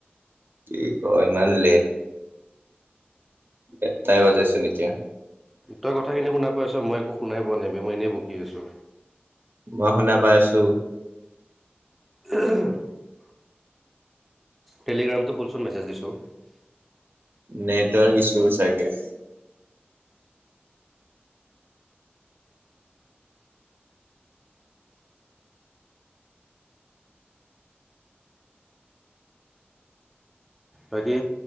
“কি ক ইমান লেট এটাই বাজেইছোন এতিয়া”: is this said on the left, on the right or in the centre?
Right